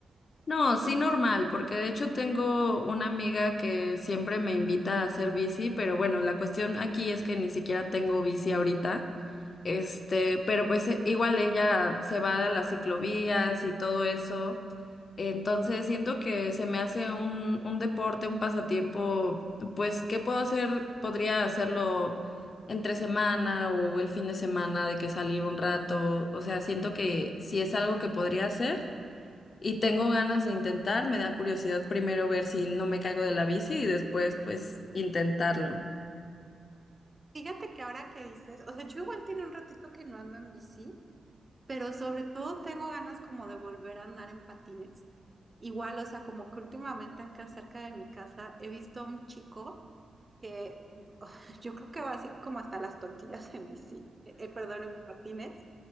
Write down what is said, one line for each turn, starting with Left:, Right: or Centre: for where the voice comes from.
Left: No, sí normal, porque de hecho tengo una amiga que siempre me invita a hacer bici, pero bueno, la cuestión aquí es que ni siquiera tengo bici ahorita. Este, pero pues e- igual ella se va a las ciclovías y todo eso. Entonces siento que se me hace un, un deporte, un pasatiempo, pues, ¿qué puedo hacer? Podría hacerlo entre semana o el fin de semana de que salir un rato. O sea, siento que si es algo que podría hacer y tengo ganas de intentar, me da curiosidad primero ver si no me caigo de la bici y después pues intentarlo.
Right: Fíjate que ahora que dices, o sea, yo igual tiene un ratito que no ando en bici, pero sobre todo tengo ganas como de volver a andar en patines. Igual, o sea, como que últimamente acá cerca de mi casa he visto a un chico que <laughs> yo creo que va así como hasta las tortillas en bici, eh, eh, perdón, en patines,